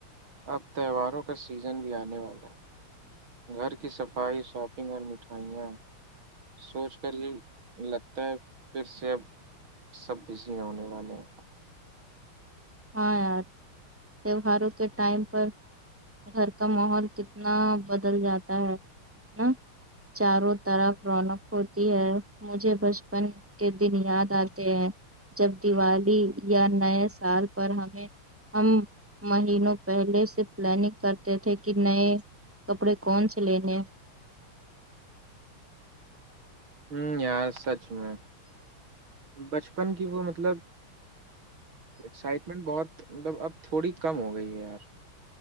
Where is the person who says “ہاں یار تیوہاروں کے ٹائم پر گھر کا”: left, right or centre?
Centre